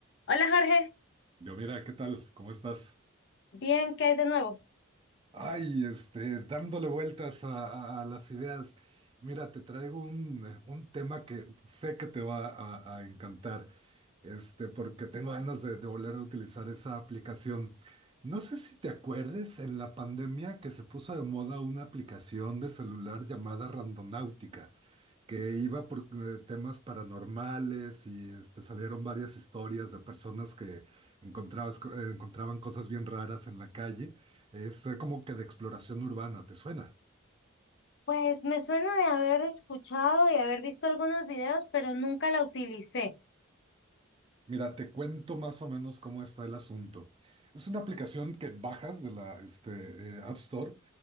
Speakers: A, on the left; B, on the right.
A: Hola Jorge,
B: Yo, mira, ¿qué tal? ¿Cómo estás?
A: bien, ¿qué hay de nuevo?
B: Ay, este, dándole vueltas a, a- a las ideas. Mira, te traigo un, un tema que sé que te va a, a encantar, este, porque tengo ganas de, de volver a utilizar esa aplicación. No sé si te acuerdes en la pandemia que se puso de moda una aplicación de celular llamada Randonáutica que iba por eh, temas paranormales y este, salieron varias historias de personas que encontrabas co- eh, encontraban cosas bien raras en la calle. Es eh, como que de exploración urbana, ¿te suena?
A: Pues me suena de haber escuchado y haber visto algunos videos, pero nunca la utilicé.
B: Mira, te cuento más o menos cómo está el asunto. Es una aplicación que bajas de la este, eh, App Store